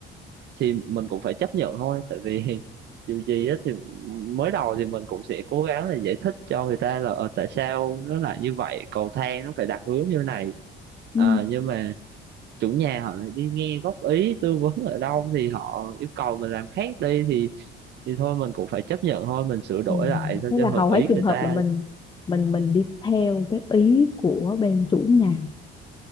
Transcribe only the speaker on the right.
thì mình cũng phải chấp nhận thôi tại vì <laughs> dù gì á thì mới đầu thì mình cũng sẽ cố gắng là giải thích cho người ta là ờ, tại sao nó lại như vậy cầu thang nó phải đặt hướng như này
Ờ, nhưng mà chủ nhà họ lại đi nghe góp ý tư vấn ở đâu thì họ yêu cầu mình làm khác đi thì thì thôi mình cũng phải chấp nhận thôi mình sửa đổi
lại sao
cho
hợp
ý
người
ta